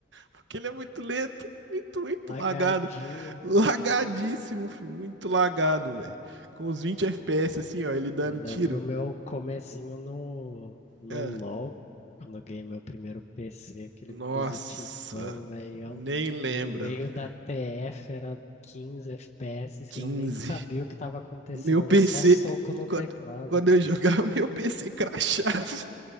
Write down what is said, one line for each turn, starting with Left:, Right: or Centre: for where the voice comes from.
Right: porque ele é muito lento. Muito, muito
Left: Lagardinho.
Right: lagado. Lagadíssimo, filho. Muito lagado, velho. Com os 20 FPS, assim, ó, ele dando
Left: Eu lembro
Right: tiro.
Left: o meu comecinho no, no
Right: É.
Left: LoL, quando eu ganhei meu primeiro PC, aquele
Right: Nossa,
Left: positivão, velhão.
Right: nem lembra,
Left: No meio
Right: velho.
Left: da TF era 15 FPS,
Right: 15.
Left: eu nem sabia o que estava acontecendo,
Right: Meu PC.
Left: era só soco no
Right: Quando,
Left: teclado.
Right: quando eu jogava, <laughs> meu PC crashava.